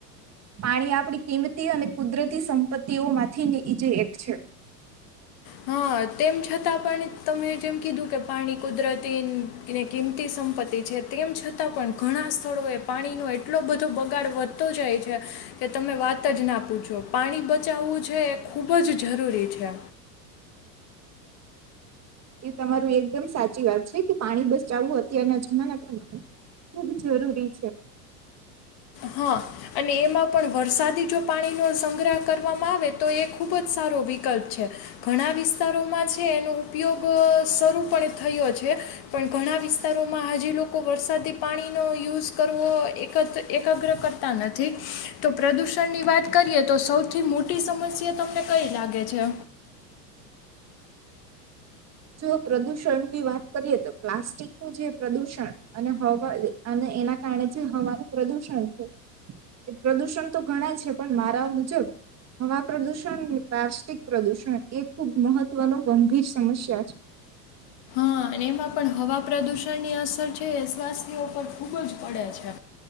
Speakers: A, on the right (about 30°); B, on the left (about 50°).
A: પાણી આપણી કિંમતી અને કુદરતી સંપત્તિઓમાંથી ઈજે એક છે.
B: હા તેમ છતાં પણ તમે જેમ કીધું કે પાણી કુદરતીને કિંમતી સંપત્તિ છે તેમ છતાં પણ ઘણાં સ્થળોએ પાણીનો એટલો બધો બગાડ વધતો જાય છે કે તમે વાત જ ના પૂછો પાણી બચાવવું છે એ ખૂબ જ જરૂરી છે.
A: એ તમારું એકદમ સાચી વાત છે કે પાણી બચાવવું અત્યારના જમાના પ્રમાણે ખુબ જરૂરી છે.
B: હા અને એમાં પણ વરસાદી જો પાણીનો સંગ્રહ કરવામાં આવે તો એ ખૂબ જ સારો વિકલ્પ છે ઘણા વિસ્તારોમાં છે એનો ઉપયોગ શરૂપ થયો છે પણ ઘણા વિસ્તારોમાં હજી લોકો વરસાદી પાણીનો યુઝ કરવો એક જ એકગ્ર કરતા નથી તો પ્રદુષણની વાત કરીએ તો સૌથી મોટી સમસ્યા તમને કઈ લાગે છે.
A: જો પ્રદુષણની વાત કરીએ તો પ્લાસ્ટિકનું જે પ્રદુષણ અને હવા અને એના કારણે જે હવાનું પ્રદુષણ છે પ્રદુષણ તો ઘણા છે પણ મારા મુજબ હવા પ્રદુષણ પ્લાસ્ટિક પ્રદુષણ એ ખુબ મહત્વનું ગંભીર સમસ્યા છે. <inaudible>
B: હા અને એમાં પણ હવા પ્રદૂષણની અસર છે એ સ્વાસ્થ્યઓ પર ખૂબ જ પડે છે